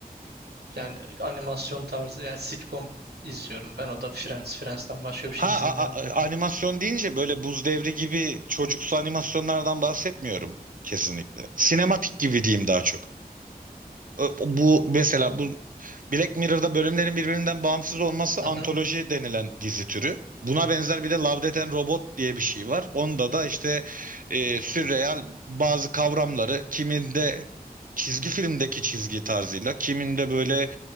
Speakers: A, on the right; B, on the right.
A: Yani animasyon tarzı yani sitcom izliyorum ben. O da Friends. Friends'ten başka bir şey
B: Ha
A: izlemiyorum.
B: a- a- animasyon deyince böyle Buz Devri gibi çocuksu animasyonlardan bahsetmiyorum kesinlikle. Sinematik gibi diyeyim daha çok. E, Bu mesela
A: Ya
B: bu Black Mirror'da bölümlerin birbirinden bağımsız olması
A: Hı
B: antoloji
A: hı.
B: denilen dizi türü. Buna benzer bir de Love, Death and Robot diye bir şey var. Onda da işte e, sürreal bazı kavramları kiminde çizgi filmdeki çizgi tarzıyla, kiminde böyle